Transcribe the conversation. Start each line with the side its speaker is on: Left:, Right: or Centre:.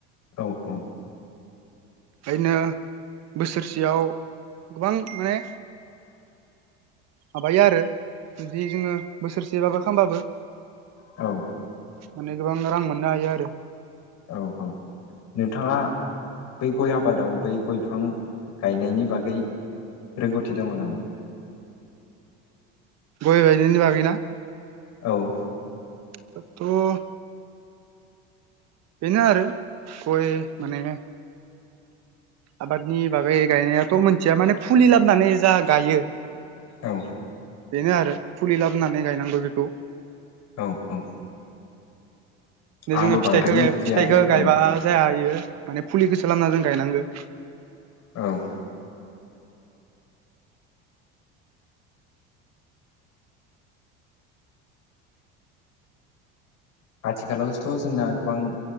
Left: औ औ
Right: बेखायनो बोसोरसेयाव गोबां माने माबायो आरो जुदि जोङो बोसोरसे माबा खालामबाबो।
Left: औ
Right: माने गोबां रां मोननो हायो आरो।
Left: औ औ नोंथाङा बै गय आबादाव बै गय बिफां गायनायनि बागै रोंगौथि दङ नामा?
Right: गय गायनायनि बागै ना?
Left: औ
Right: दाथ' बेनो आरो गय माने आबादनि बागै गायनायाथ' मोनथिया माने फुलि लाबोनानै जा गायो
Left: औ
Right: बेनो आरो फुलि लाबोनानै गायनांगौ बेखौ।
Left: औ औ
Right: जोङो
Left: आंबो बांद्राय
Right: फिथाइखौ
Left: मोनथिया
Right: फिथाइखौ
Left: आरो
Right: गायबा
Left: औ
Right: जाया। माने फुलिखौसो लाबोना जों गायनांगोन।
Left: औ आथिखालावथ' जोंना गोबां